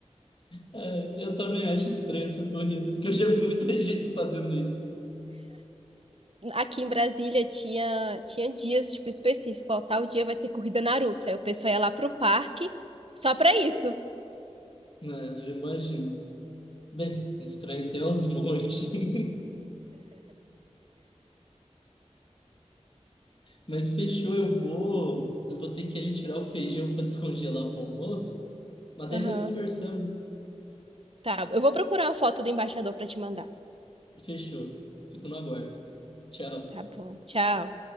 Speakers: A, on the left; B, on the right.
A: É, eu também acho estranha essa corrida, porque eu já vi muita <laughs> gente fazendo isso.
B: aqui em Brasília tinha, tinha dias, tipo, específicos. Ó, tal dia vai ter corrida Naruto. Aí o pessoal ia lá pro parque só pra isso.
A: É, eu imagino. Bem, estranho tem aos montes. <laughs> Mas fechou, eu vou, eu vou ter que ali tirar o feijão para descongelar pro almoço. Mas daí
B: Aham.
A: nós conversamos.
B: Tá, eu vou procurar a foto do embaixador pra te mandar.
A: Fechou. Fico no aguardo. Tchau.
B: Tá bom, tchau.